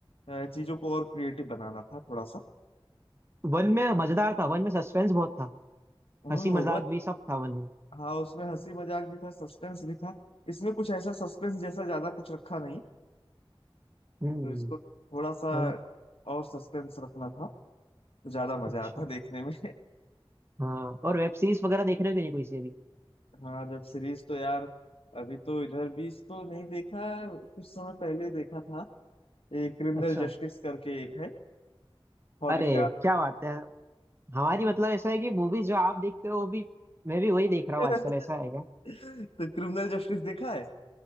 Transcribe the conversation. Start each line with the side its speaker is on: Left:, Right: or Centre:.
Left: अ, चीजों को और क्रिएटिव बनाना था थोड़ा सा
Right: वन में मजेदार था वन में सस्पेंस बहुत था
Left: हम्म
Right: हंसी मजाक
Left: वह
Right: भी सब था वन में
Left: हाँ उसमें हंसी मजाक भी था सस्पेंस भी था इसमें कुछ ऐसा सस्पेंस जैसा ज्यादा कुछ रखा नहीं
Right: हम्म
Left: तो इसको थोड़ा सा
Right: वन
Left: और सस्पेंस रखना था तो ज्यादा मजा
Right: अच्छा
Left: आता देखने में
Right: हाँ और वेब सीरीज वगैरह देख रहे हो कि नहीं कोई सी अभी
Left: <laughs> हाँ वेब सीरीज तो यार अभी तो इधर भी तो नहीं देखा कुछ समय पहले देखा था एक क्रिमिनल
Right: अच्छा
Left: जस्टिस करके एक है हॉटस्टार
Right: अरे क्या बात है हमारी मतलब ऐसा है कि मूवीज जो आप देखते हो वो भी मैं भी वही देख रहा
Left: पे
Right: हूँ आजकल ऐसा है क्या
Left: <laughs> तो क्रिमिनल जस्टिस देखा है